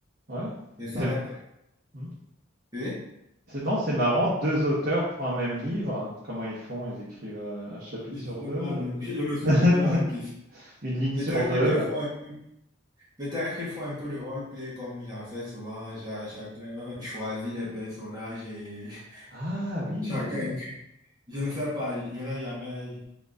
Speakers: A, on the right; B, on the right.
A: Ouais.
B: Je ne savais
A: C'est
B: pas.
A: hmm.
B: Oui?
A: C'est- non, c'est marrant, deux auteurs pour un même livre. Comment ils font? Ils écrivent euh, un chapitre
B: Justement,
A: sur deux,
B: je,
A: ou-
B: je me suis
A: <laughs>
B: posé la même question.
A: une ligne
B: Peut-être
A: sur deux.
B: qu'il
A: ouais.
B: faut un peu Peut-être qu'ils font un peu de roleplay comme j'en fais souvent. Cha- chacun choisit les personnages et
A: Ah
B: <laughs>
A: oui,
B: chacun.
A: oui.
B: Je ne sais pas, je n'ai jamais.